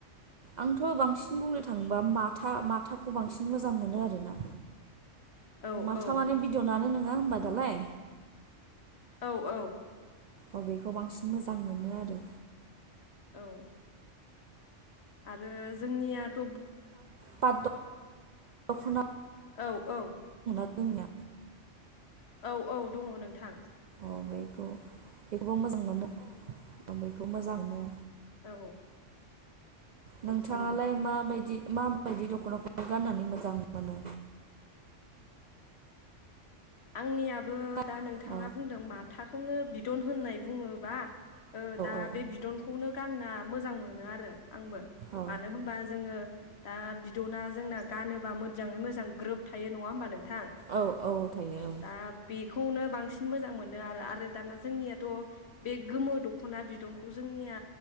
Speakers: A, on the right; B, on the left.
A: आंथ' बांसिन बुंनो थाङोबा माथा माथाखौ बांसिन मोजां मोनो आरोना।
B: औ
A: माथाम
B: औ
A: माने बिदननानो नो ङा होनबा दालाय।
B: औ औ।
A: अ बेखौ बांसिन मोजां मोनो आरो
B: औ। आरो जोंनियाथ' बहु
A: पात <unintelligible> दखना
B: औ औ।
A: जोंनिया?
B: औ औ दङ नोंथां।
A: अ बेखौ बेखौबो मोजां मोनो औ बेखौ मोजां मोनो।
B: औ।
A: नोंथाङालाय
B: उम
A: माबायदि माबायदि दख'नाखौ गाननानै मोजां मोनो?
B: आंनिया बो
A: औ
B: दा नोंथाङा
A: औ
B: बुंदों माथाखौनो बि दन होननाय बुङोब्ला ओ दा
A: औ
B: बे बिदनखौनो गानना मोजां मोनो आरो आंबो।
A: औ
B: मानो होनबा जोङो दा बिद'ना जोंना गानोबा मो जांङै मोजां ग्रोब थायो नङा होमबा नोंथां।
A: औ औ थायो
B: दा बेखौ नो बांसिन मोजां मोनो आरो आरो दाना जोंनियाथ' बे गोमो दख'ना बिदखौ जोंनिया